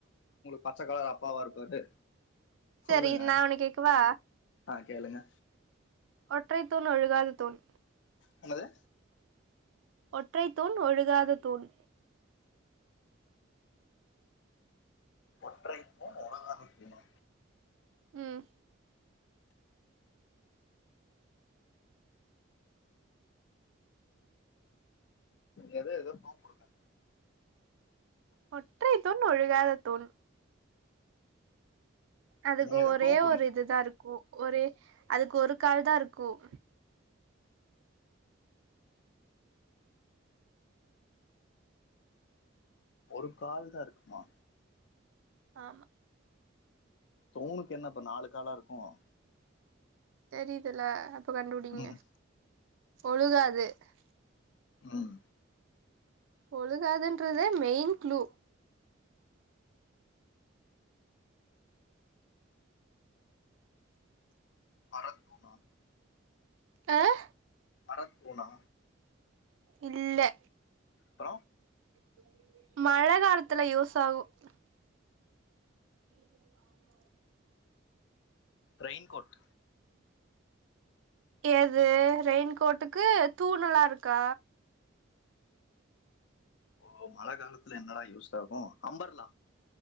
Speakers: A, on the left (about 65°); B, on the right (about 75°).
A: பச்சைக்கலர் அப்பாவா இருப்பாரு
B: சரி
A: சொல்லுங்க
B: நான் ஒன்னு கேக்கவா
A: ஆ கேளுங்க
B: ஒற்றை தூன் ஒழுகாத தூன்
A: ஹலோ
B: ஒற்றை தூண் ஒழுகாத தூண்
A: ஒற்றை தூண் ஒழுகாத தூணா
B: உம்
A: ஏதோ ஏதோ குழுக்கூடுங்க
B: ஒற்றை துண் ஒழுகாத துண் அதுக்கு
A: நீங்க ஏதோ
B: ஒரே
A: க்ளூ கொடுங்க
B: ஒரு இதுதான் இருக்கும் ஒரு அதுக்கு ஒரு கால் தான் இருக்கும்
A: ஒரு கால் தான் இருக்குமா
B: ஆமா
A: தூணுக்கு என்ன பா நாலூ காலா இரு ஆஹ
B: தெரியுதுல இப்ப கண்டுபுடிங்க
A: ம்
B: ஒழுகாது தா
A: உஹம்
B: உழுகதுன்றத மெயன் ளு
A: மரத் தூனா
B: ஆஹ
A: மர தூனா
B: இல்ல
A: த
B: கடியே மழ காலத்துல யூஸ் ஆகும் ச் ஆ வீட்ல இருந்து ஆப் பண்
A: ரெயின் கோட்
B: எது ரெயின்கோட்டுக்கு தூணல்லா இருக்கா
A: ஓ மழ காலத்துல என்னடா யூஸ் ஆகும் அம்பர்லா